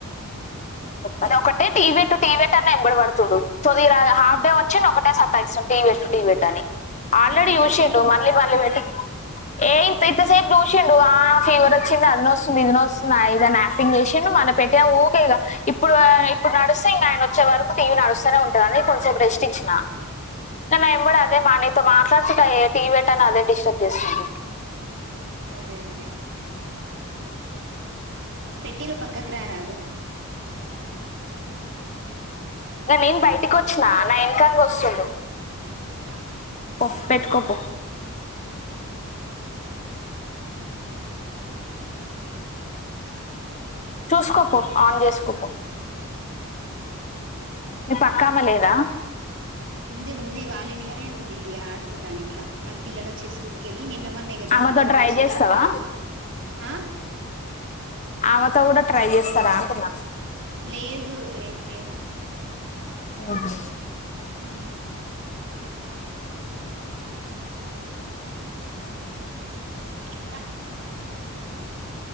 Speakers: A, on the left; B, on the right.
A: అదే ఒకటే టీ వెట్టు టీ వెట్టని నా ఎంబడి వడుతుండు, తుదిరా హాఫ్ డే వచ్చిండు ఒకటే సత్తాయిస్సున్. టీవ్ వెట్ టీవ్ వెట్టని ఆల్రెడీ
B: మరి పెట్టకపోయినావ్
A: చూసిండు మళ్ళీ మళ్ళీ వెట్ ఏ ఇంతెంతసేప్ చూసిండు ఆ ఫీవర్ ఒచ్చింది, అది నొస్తుంది, ఇది నొస్తుంది ఆ ఇదని యాక్టింగ్ చేసిండు మళ పెట్టే ఊ. కి ఇగ ఇప్పుడు ఆ ఇప్పుడు నడుస్సే ఇంగ ఆయన వచ్చే వరకు టీవీ నడుస్సనే ఉంటది అది కొంసేప్ ప్రెస్ట్ ఇచ్చిన కాన్ నా ఎంబడి అదే మా నీత మా ట్లాడుతుట్ట ఏ టీ వెట్ అని అదే డిస్టర్బ్ జేస్తుంది
B: అదే అదే పెట్టి నువ్ పక్కక్ రా రాదు
A: ననేం బయటికొచ్చినా నా ఎనకంగ ఒస్సుండు
B: ఆహా
A: పొ పెట్టుకోపో చూసుకో పో ఆన్ జేసుకో పో మీ
B: ఇంకా
A: పక్కామే లేదా
B: ఉంది ఉంది వాళ్ళింట్లనే ఉంది ఇ ఆడుతుంది ఆళింట్ల వాళ్ పిల్లలు వచ్చి స్కూల్ కెళ్ళి నిన్న మొన్న ఇగ దాన్
A: ఆమెతో
B: కింద వడేసిరని
A: ట్రై చేస్తావా
B: రాలేదు. ఆ
A: ఆవెతో కూడా ట్రై జేస్సరా అంటున్న
B: లేదు లేదు లేదు
A: ఊహు
B: ఉ ఇంకా